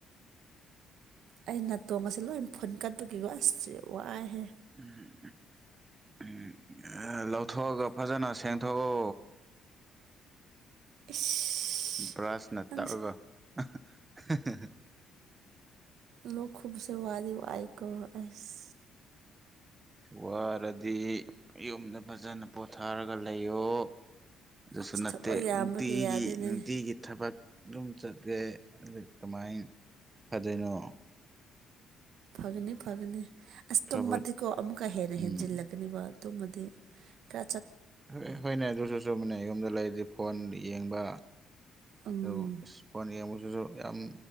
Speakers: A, on the right; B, on the right.
A: ꯑꯩ ꯅꯥꯇꯣꯡꯒꯁ ꯂꯣꯏ ꯐꯨꯟꯀꯠꯄꯒꯤꯀꯣ ꯑꯁ ꯋꯥꯏꯍꯦ
B: ꯎꯝ ꯎꯝ ꯎꯝ ꯂꯧꯊꯣꯛꯑꯒ ꯐꯖꯅ ꯁꯦꯡꯊꯣꯛꯑꯣ
A: ꯏꯁ
B: ꯕ꯭ꯔꯁꯅ
A: ꯅꯪꯁꯦ
B: ꯇꯛꯑꯒ ꯑꯍꯥ ꯑꯍꯥ ꯍꯥ
A: ꯂꯣꯛ ꯈꯨꯕꯁꯦ ꯋꯥꯗꯤ ꯋꯥꯏꯀꯣ ꯑꯁ
B: ꯋꯥꯔꯗꯤ ꯌꯨꯝꯗ ꯐꯖꯅ ꯄꯣꯊꯥꯔꯒ ꯂꯩꯌꯣ ꯑꯗꯨꯁꯨ
A: ꯑꯁ
B: ꯅꯠꯇꯦ
A: ꯊꯕꯛ ꯌꯥꯝꯕꯒꯤ
B: ꯅꯨꯡꯇꯤꯒꯤ
A: ꯌꯥꯗꯦꯅꯦ
B: ꯅꯨꯡꯇꯤꯒꯤ ꯊꯕꯛ ꯑꯗꯨꯝ ꯆꯠꯂꯦ ꯑꯗꯨ ꯀꯃꯥꯏ ꯐꯗꯣꯏꯅꯣ
A: ꯐꯒꯅꯤ ꯐꯒꯅꯤ ꯑꯁ
B: ꯐꯕ
A: ꯇꯨꯝꯃꯗꯤꯀꯣ ꯑꯃꯨꯛꯀ ꯍꯦꯟꯅ
B: ꯎꯝ
A: ꯍꯦꯟꯖꯤꯜꯂꯛꯀꯅꯤꯕ ꯇꯨꯃꯗꯤ ꯇ꯭ꯔ
B: ꯍꯣꯏ ꯍꯣꯏꯅꯦ ꯑꯗꯨꯁꯨ ꯆꯨꯝꯃꯤꯅꯦ ꯌꯨꯝꯗ ꯂꯩꯔꯗꯤ ꯐꯣꯟ ꯌꯦꯡꯕ
A: ꯎꯝ
B: ꯑꯗꯨ ꯑꯁ ꯐꯣꯟ ꯌꯦꯡꯕꯁꯤꯁꯨ ꯌꯥꯝ